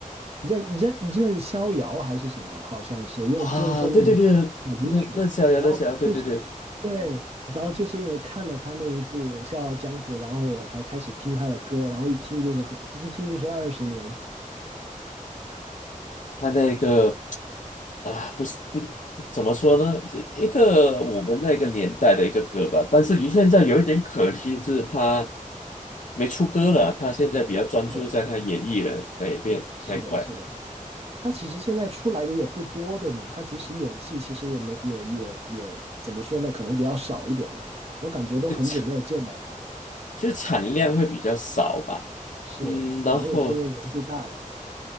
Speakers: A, on the right (about 45°); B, on the left (about 65°).
A: 任任任逍遥还是什么，好像是用用作那个
B: 啊，对对对，
A: 主题曲，
B: 那那逍遥，
A: 然后就是
B: 那逍遥，对对对，
A: 对，然后就是因为看了他那一部《笑傲江湖》，然后我才开始听他的歌，然后一听就是很，一听就是二十年，
B: 他那个啊，不是不怎么说呢，一一个我们那个年代的一个歌吧，但是于现在有一点可惜，就是他没出歌了，他现在比较专注在他演艺的那一边那一块，
A: 对，是的，是的。他其实现在出来的也不多，对吗？他即使演戏，其实也没也也也怎么说呢？可能比较少一点了。我感觉都很久没有见到他了，
B: 就产就产量会比较少吧，
A: 是，
B: 嗯，
A: 可能也是因为年纪大了。
B: 然后。